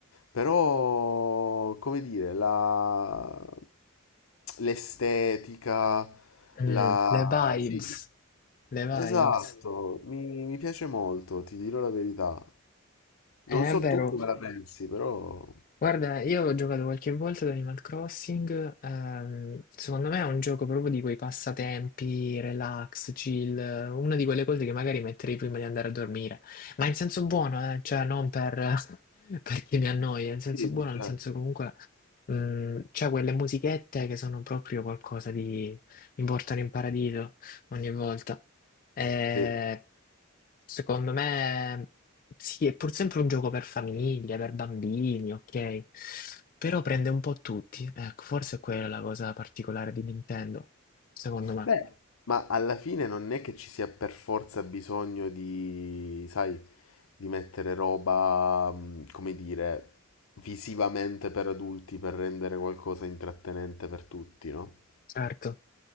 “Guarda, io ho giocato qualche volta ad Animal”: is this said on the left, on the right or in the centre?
Left